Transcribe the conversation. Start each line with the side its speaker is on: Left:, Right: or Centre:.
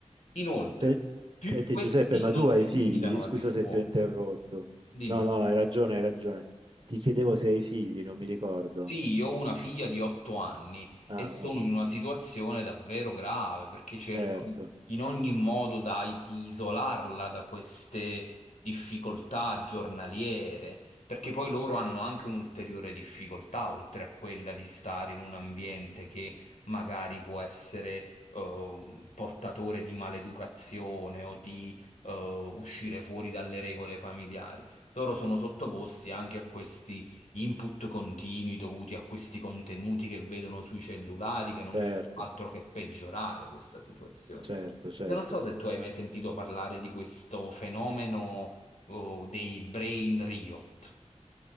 Left: Inoltre,
Right: Se-
Left: più-
Right: Senti
Left: questi
Right: Giuseppe, ma
Left: non
Right: tu
Left: si
Right: hai figli?
Left: limitano
Right: Scusa
Left: a rispondere.
Right: se ti ho interrotto.
Left: Dimmi.
Right: No, no, hai ragione, hai ragione. Ti chiedevo se hai figli, non mi ricordo.
Left: Sì, io ho una figlia di otto anni
Right: Ah,
Left: e sono
Right: vabbè,
Left: in una situazione davvero grave perché cerco
Right: certo,
Left: in ogni modo da- di isolarla da queste difficoltà giornaliere, perché poi loro hanno anche un'ulteriore difficoltà, oltre a quella di stare in un ambiente che magari può essere eh, un portatore di maleducazione o di eh, uscire fuori dalle regole familiari. Loro sono sottoposti anche a questi input continui dovuti a questi contenuti che vedono sui cellulari che non
Right: certo,
Left: fanno altro che peggiorare questa situazione.
Right: certo, certo.
Left: Io non so se tu hai mai sentito parlare di questo fenomeno, oh, dei brain riot.